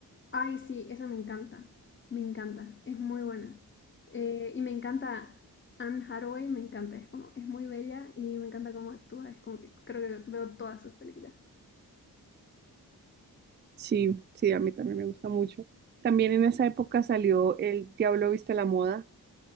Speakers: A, on the left; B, on the right.
A: ay, sí, esa me encanta, me encanta, es muy buena. Eh, y me encanta Anne Hathaway, me encanta, es como, es muy bella y me encanta cómo actúa, es como que creo que veo todas sus películas.
B: Sí, sí, a mí también me gusta mucho. También en esa época salió El Diablo Viste la Moda,